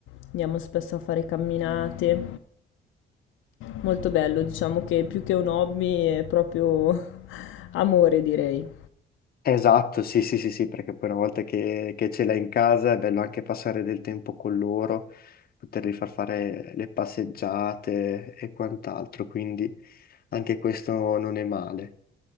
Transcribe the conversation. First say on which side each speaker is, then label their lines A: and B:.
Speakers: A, on the left; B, on the left.
A: Andiamo spesso a fare camminate. Molto bello, diciamo che più che un hobby è proprio <laughs> amore, direi.
B: Esatto, sì, sì, sì, sì, perché poi una volta che, che ce l'hai in casa è bello anche passare del tempo con loro, poterli far fare le passeggiate e quant'altro, quindi anche questo non è male.